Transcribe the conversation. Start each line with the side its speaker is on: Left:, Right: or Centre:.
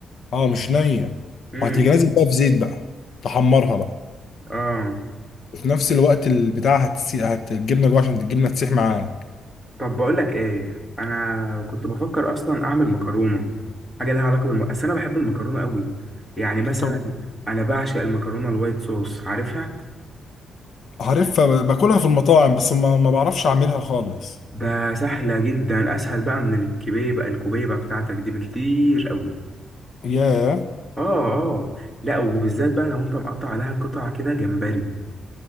Left: اه مش نيه
Centre: امم
Left: وهتيجي نازل بقى في زيت بقى تحمرها بقى
Centre: اه
Left: وفي نفس الوقت البتاع هتسي... هت الجبنه جوه عشان الجبنه تسيح معاك
Centre: طب بقول لك ايه انا كنت بفكر اصلا اعمل مكرونه حاجه لها علاقه بالم... بس انا بحب المكرونه قوي يعني مثلا
Left: طب
Centre: انا بعشق المكرونه الوايت صوص عارفها
Left: عارفها ب- باكلها في المطاعم بس ما, ما بعرفش اعملها خالص
Centre: ده سهله جدا اسهل بقى من الكبيبه الكبيبه بتاعتك دي بكتير قوي
Left: ياه
Centre: اه اه لا وبالذات بقى لو انت مقطع عليها قطع كده جمبري